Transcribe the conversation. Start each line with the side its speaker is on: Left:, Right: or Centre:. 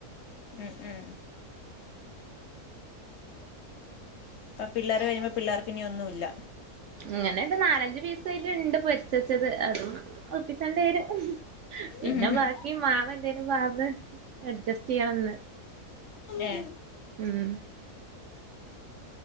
Left: ഉം ഉം അപ്പ പിള്ളേര് കഴിയുമ്പോ പിള്ളേർക്ക് ഇനി ഒന്നുംല്ല
Right: ഇങ്ങനെ ഇത് നാലഞ്ച് പീസ് അയിലിണ്ട് പൊരിച്ചെച്ചത് അതും ഒപ്പിച്ചണ്ടി വരും പിന്നെ
Left: ഉം, ഉം,
Right: ബാക്കി
Left: ഉം.
Right: മാവ് എന്തേലും പാർന്ന് അഡ്ജസ്റ്റ് ചെയ്യണംന്ന്
Left: ഏ
Right: ഉം